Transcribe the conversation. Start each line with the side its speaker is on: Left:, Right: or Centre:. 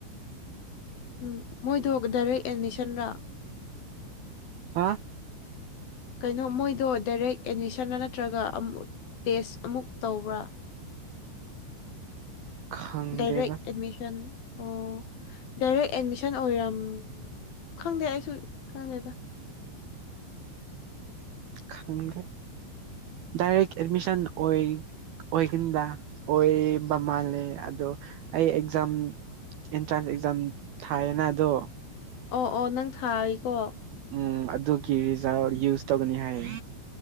Left: ꯎꯝ ꯃꯣꯏꯗꯣ ꯗꯥꯏꯔꯦꯛ ꯑꯦꯠꯃꯤꯁꯟꯔꯥ
Right: ꯍꯥ
Left: ꯀꯩꯅꯣ ꯃꯣꯏꯗꯣ ꯗꯥꯏꯔꯦꯛ ꯑꯦꯠꯃꯤꯁꯟꯂ ꯅꯠꯇ꯭ꯔꯒ ꯑꯃ ꯇꯦꯁ ꯑꯃꯨꯛ ꯇꯧꯕ꯭ꯔꯥ
Right: ꯈꯪꯗꯦꯗ
Left: ꯗꯥꯏꯔꯦꯛ ꯑꯦꯗꯃꯤꯁꯟ ꯑꯣ ꯗꯥꯏꯔꯦꯛ ꯑꯦꯠꯃꯤꯁꯟ ꯑꯣꯏꯔꯝ ꯈꯪꯗꯦ ꯑꯩꯁꯨ ꯈꯪꯗꯦꯗ
Right: ꯈꯪꯔꯦ ꯗꯥꯏꯔ ꯑꯦꯗꯃꯤꯁꯟ ꯑꯣꯏ ꯑꯣꯏꯈꯤꯟꯗ ꯑꯣꯏꯕ ꯃꯥꯜꯂꯦ ꯑꯗꯣ ꯑꯩ ꯑꯦꯛꯖꯥꯝ ꯏꯟꯇ꯭ꯔꯥꯟ ꯑꯦꯛꯖꯥꯝ ꯊꯥꯏꯌꯦꯅ ꯑꯗꯣ
Left: ꯑꯣ ꯑꯣ ꯅꯪ ꯊꯥꯔꯤꯀꯣ
Right: ꯎꯝ ꯑꯗꯨꯒꯤ ꯔꯤꯖꯥ ꯌꯨꯁ ꯇꯧꯒꯅꯤ ꯍꯥꯏꯌꯦ